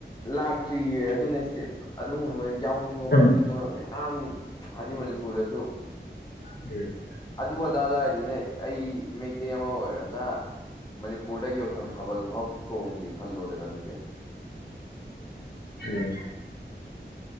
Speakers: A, on the left (about 20°); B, on the left (about 60°).
A: ꯂꯥꯛꯇ꯭ꯔꯤꯌꯦ ꯑꯗꯨꯅꯦ ꯁꯤ ꯑꯗꯨꯒꯨꯝꯕ ꯌꯥꯎꯅꯤꯡꯕ
B: ꯎꯝ
A: ꯈꯣꯠꯅꯤꯡꯕ ꯌꯥꯝ ꯍꯥꯏꯗꯤ ꯃꯅꯤꯄꯨꯔꯗꯁꯨ
B: ꯎꯝ
A: ꯑꯗꯨ ꯑꯗꯥ ꯂꯥꯏꯔꯤꯅꯦ ꯑꯩ ꯃꯩꯇꯩ ꯑꯃ ꯑꯣꯏꯔꯒ ꯃꯅꯤꯄꯨꯔꯗ ꯌꯥꯎꯁꯪ ꯊꯥ ꯕꯜ ꯐꯥꯎ ꯊꯣꯛꯆꯣꯡꯗ꯭ꯔꯤ ꯈꯜꯂꯣꯗꯅ ꯑꯗꯨꯗꯤ
B: ꯎꯝ